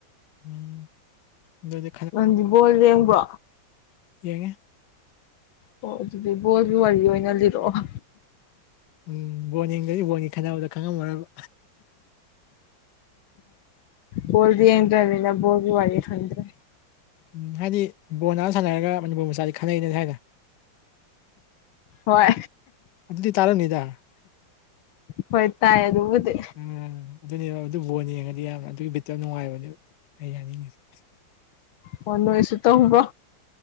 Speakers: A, on the left; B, on the left.
A: ꯎꯝ ꯑꯗꯨꯗꯤ
B: ꯅꯪꯗꯤ ꯌꯦꯡꯕ꯭ꯔꯣ
A: ꯌꯦꯉ
B: ꯑꯣ ꯑꯗꯨꯗꯤ ꯕꯣꯜꯒꯤ ꯋꯥꯔꯤ ꯑꯣꯏꯅ ꯂꯤꯔꯛꯑꯣ
A: ꯎꯝ ꯕꯣꯜ ꯌꯦꯡꯗꯗꯤ ꯕꯣꯜꯒꯤ ꯈꯟꯅꯅꯕꯗ ꯈꯪꯉꯝꯃꯔꯕ
B: ꯍꯜꯗꯤ ꯌꯦꯟ꯭ꯔ ꯂꯩ ꯅ ꯍꯣꯒꯤ ꯋꯥꯅꯤ ꯊꯗ꯭ꯔꯦ
A: ꯎꯝ ꯍꯥꯏꯗꯤ ꯕꯣ ꯅꯥ ꯁꯥꯟꯅꯔꯒ ꯃꯅꯤꯄꯨꯔ ꯃꯆꯥꯁꯤ ꯈꯟꯅꯩꯅꯦ ꯍꯥꯏꯅ
B: ꯍꯣꯏ
A: ꯑꯗꯨꯗꯤ ꯇꯥꯔꯅꯤꯗ
B: ꯍꯣꯏ ꯇꯥꯏ ꯑꯗꯨ ꯎꯗ
A: ꯎꯝ ꯑꯗꯨꯅꯦꯕ ꯑꯗꯨ ꯕꯣꯜ ꯌꯦꯡꯉꯗꯤ ꯌꯥꯝꯅ ꯑꯗꯨꯒꯤ ꯕꯤꯠꯇ ꯅꯨꯡꯉꯥꯏꯕ ꯑꯗꯨ ꯑꯩ ꯌꯥꯅꯤꯡꯉꯤꯁ
B: ꯑꯣ ꯅꯣꯏꯁꯨ ꯇꯕ